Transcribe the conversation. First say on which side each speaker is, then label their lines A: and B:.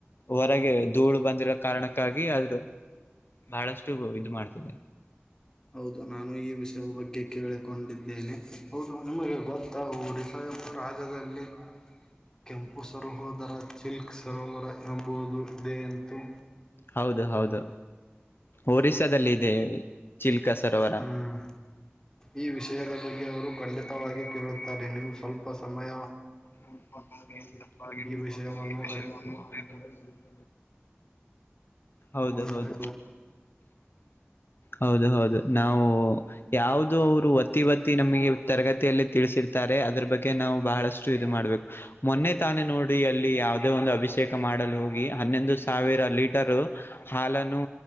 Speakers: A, on the left; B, on the left.
A: ಹೊರಗೆ ಧೂಳು ಬಂದಿರೋ ಕಾರಣಕ್ಕಾಗಿ ಅದು. ಬಹಳಷ್ಟು ಇದು ಮಾಡ್ತದೆ.
B: ಹೌದು ನಾನು ಈ ವಿಷಯ ಬಗ್ಗೆ ಕೇಳಿಕೊಂಡಿದ್ದೇನೆ. ಹೌದು ನಿಮಗೆ ಗೊತ್ತಾ ಒರಿಷ ಎಂಬ ರಾಜ್ಯದಲ್ಲಿ. ಕೆಂಪು ಸರೋದರ ಚಿಲ್ಕ್ ಸರೋವರ ಎಂಬುದು ಇದೆ ಎಂತೆ.
A: ಹೌದು ಹೌದು ಒರಿಸ್ಸಾದಲ್ಲಿ ಇದೆ. ಚಿಲ್ಕ ಸರೋವರ
B: ಹ್ಮ್ ಈ ವಿಷಯದ ಬಗ್ಗೆ ಅವರು ಖಂಡಿತವಾಗಿ ಕೇಳುತ್ತಾರೆ ನೀವು ಸ್ವಲ್ಪ ಸಮಯ.
A: <unintelligible>
B: ವಿಷಯವನ್ನು ಅರಿತುಕೊಂಡರೆ
A: ಹೌದು ಹೌದು ಹೌದು ಹೌದು. ನಾವು ಯಾವುದೋ ಅವರು ವತಿ ವತಿ ನಮಗೆ ತರಗತಿಯಲ್ಲಿ ತಿಳಿಸಿರ್ತಾರೆ ಅದ್ರ ಬಗ್ಗೆ. ಅದಿಕ್ಕೆ ನಾವು ಬಹಳಷ್ಟು ಇದು ಮಾಡ್ಬೇಕು. ಮೊನ್ನೆ ತಾನೇ ನೋಡಿ ಅಲ್ಲಿ ಯಾವುದೋ ಒಂದು ಅಭಿಷೇಕ ಮಾಡಲು ಹೋಗಿ ಹನ್ನೊಂದು ಸಾವಿರ ಲೀಟರ್. ಹಾಲನ್ನು